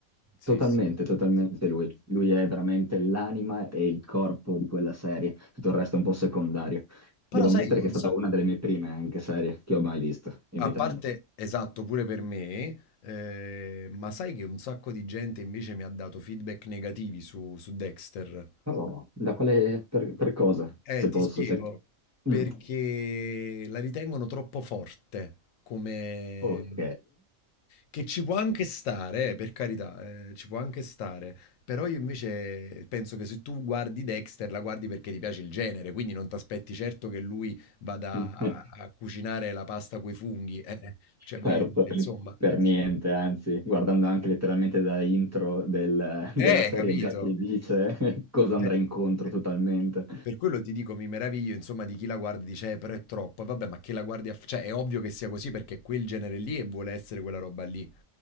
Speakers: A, on the left; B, on the right.
A: Sì,
B: totalmente,
A: sì.
B: totalmente lui. Lui è veramente l'anima e il corpo di quella serie, tutto il resto è un po' secondario. Devo
A: Però
B: ammettere
A: sai che un
B: che è stata
A: sacco...
B: una delle mie prime anche serie che ho mai visto in
A: A
B: vita
A: parte,
B: mia.
A: esatto, pure per me, eh, ma sai che un sacco di gente invece mi ha dato feedback negativi su, su Dexter?
B: Oh, da quale, per, per cosa,
A: Eh,
B: se
A: ti
B: posso,
A: spiego,
B: cioè-
A: perché
B: Mm,
A: la ritengono troppo forte, come...
B: Ok.
A: che ci può anche stare, eh, per carità, eh, ci può anche stare, però io invece penso che se tu guardi Dexter, la guardi perché ti piace il genere, quindi non ti aspetti certo che lui vada
B: <laughs>
A: a a cucinare la pasta coi funghi, eh, cioè voglio
B: Certo,
A: dire, insomma...
B: per niente, anzi, guardando anche letteralmente da intro del- della
A: Eh,
B: serie
A: capito?
B: già ti dice <laughs> cosa andrà
A: Eh.
B: incontro totalmente.
A: Per quello ti dico, mi meraviglio, insomma, di chi la guarda e dice, eh, però è troppo. E Vabbè, ma che la guardi a... f- Cioè, è ovvio che sia così perché è quel genere lì e vuole essere quella roba lì.